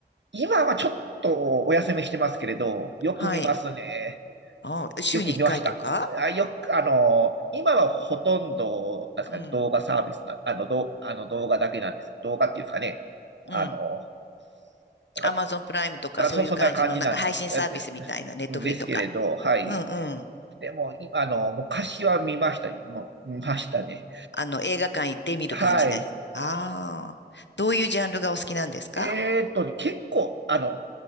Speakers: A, on the right; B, on the left.
A: 今はちょっとお休みしてますけれど、よく見ますね。
B: はい。あ、週に1回とか
A: よく見ました。あ、よく、あの、今はほとんど、なんですかね、
B: うん。
A: 動画サービスな、あの、どう、あの動画だけなんです。動画っていうんですかね。あの、
B: うん。
A: だから、
B: アマゾンプライムとかそういう感じのなんか配信サービスみたいな、
A: だからそ、そんな感じなんです、あで
B: ネットフリとか。
A: ですけれど、はい。
B: うんうん。
A: でも、今、あの、昔は見ました。もう見ましたね。
B: あの、映画館行って見る感じね。
A: はい。
B: ああ。どういうジャンルがお好きなんですか
A: えーっとね、結構、あの、